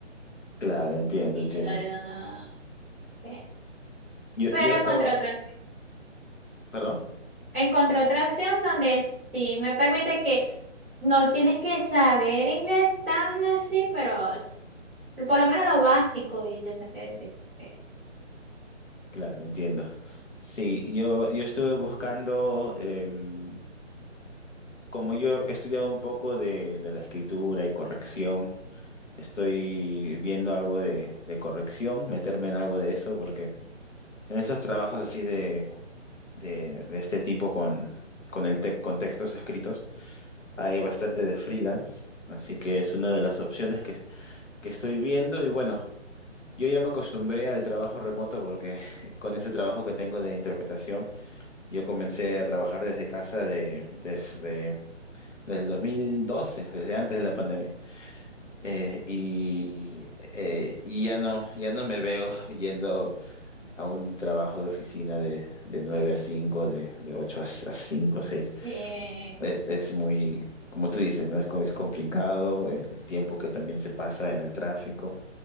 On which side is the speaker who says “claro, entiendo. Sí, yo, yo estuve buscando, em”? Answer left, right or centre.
Left